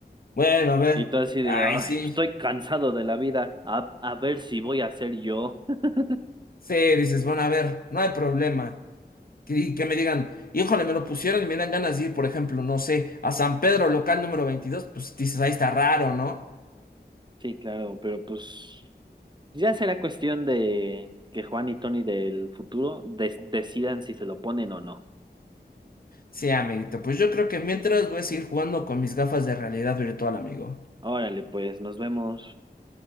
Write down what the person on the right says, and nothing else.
Y tú así de,
ay,
pues, estoy cansado de la vida, a, a ver si voy a ser yo. <laughs>
Sí, claro, pero pues ya será cuestión de que Juan y Tony del futuro des- decidan si se lo ponen o no.
Órale, pues nos vemos.